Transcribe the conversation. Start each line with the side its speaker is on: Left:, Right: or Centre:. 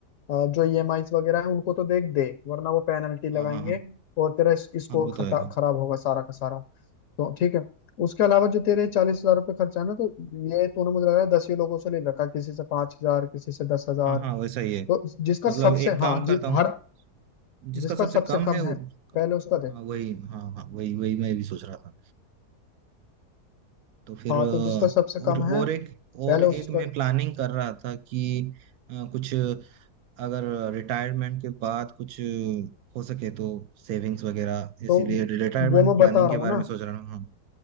Left: अ, जो ईएमआईज वगैरह है उनको तो देख दे वरना वो पेनल्टी
Right: हाँ
Left: लगाएंगे
Right: हाँ हाँ
Left: और तेरा स्कोर
Right: हाँ वो तो है
Left: खराब होगा सारा का सारा तो ठीक है उसके अलावा जो तेरे चालीस हजार रुपये खर्चा है ना तो ये तूने मुझे लग रहा है दस ही लोगों से ले रखा किसी से पांच हजार किसी से दस हजार
Right: हाँ हाँ वैसा ही है
Left: तो जिसका
Right: मतलब
Left: सबसे
Right: एक काम
Left: हाँ जि,
Right: करता
Left: हर
Right: हूँ जिसका
Left: जिसका
Right: सबसे
Left: सबसे
Right: कम
Left: कम
Right: है
Left: है पहले उसका
Right: हाँ
Left: दे
Right: वही हाँ हाँ वही वही मैं भी सोच रहा था तो फिर
Left: हाँ
Right: अ,
Left: तो जिसका सबसे कम
Right: और और
Left: है
Right: एक और
Left: पहले
Right: एक
Left: उसका
Right: मैं प्लानिंग कर रहा था कि अ, कुछ अगर रिटायरमेंट के बाद कुछ हो सके तो सेविंग्स वगैरह इसीलिए
Left: तो
Right: रिटायरमेंट
Left: वो मैं
Right: प्लानिंग
Left: बता रहा
Right: के
Left: हूँ
Right: बारे
Left: ना
Right: में सोच रहा हूँ हाँ